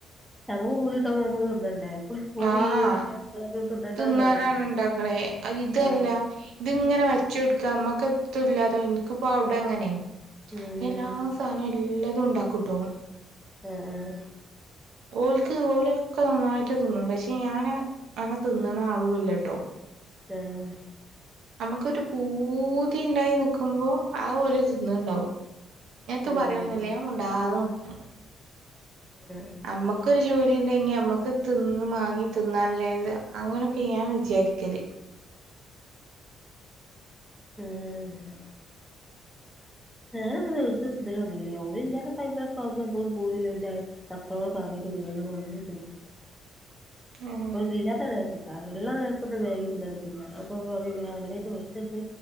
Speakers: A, in the centre; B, on the right.
A: നമ്മക്കും പൂതി ഉണ്ടാവുമ്പോ നമ്മക്ക് തിന്നണ്ടേ എപ്പളും പൂതി
B: ആഹ്
A: ഇല്ലാത്ത സാധനങ്ങള് തിന്നണ്ടാന്ന്
B: തിന്നാനാണ്
A: പറയാൻ പറ്റൂലല്ലോ
B: ഇണ്ടാക്കണേ അഹ് ഇതല്ല
A: ആഹ്
B: ഇത് ഇങ്ങനെ വെച്ചെടുക്ക അമ്മക്ക് എത്തുല്ലാതോ ഇൻക്ക്പ്പോ അവ്ടെ അങ്ങനേ
A: ഉം
B: എല്ലാ സാനോം എല്ലതും ഉണ്ടാക്കൂട്ടോ
A: ആഹ് ആഹ്
B: ഓൽക്ക് ഓലൊക്കെ നന്നായിട്ട് തിന്നും പഷേ ഞാനങ്ങ അങ്ങൻ തിന്നണ ആളുഅല്ലാട്ടോ
A: ആഹ്
B: അമ്മക്കൊരു പൂതി ഇണ്ടായി നിക്കുമ്പോ ആഹ് ഓല് തിന്ന്ഇണ്ടാവും എത്തും
A: ആഹ്
B: പറയൊന്നല്ലേ മുണ്ടാതെ നിക്കും
A: ഏഹ്
B: നമ്മക്കൊരു ജോലി ഉണ്ടെങ്കി അമ്മക്ക് തിന്ന് മാങ്ങി തിന്നനല്ലേത് അങ്ങനെയൊക്കെ ഞാൻ വിചാരിക്കല്
A: ഉം ഞാനൊന്നും എടുത്ത് തിന്നലൊന്നും ഇല്ല ഓല്ഇല്ലാത്ത ടൈമിലൊക്കെ ആകുമ്പോ മോള് <unintelligible> മക്കളോട് പറഞ്ഞിട്ട് മീന് കൊണ്ടന്ന് തിന്നും
B: ആഹ്
A: ഓൽ ഇല്ലാത്ത നേരത്ത്ട്ടോ ഇള്ള നേരത്ത്ന്ന് മേകി തിന്നാൻ കിട്ടില്ല അപ്പ പറിം ആഹ് അങ്ങനന്റെ പൈസണ്ട്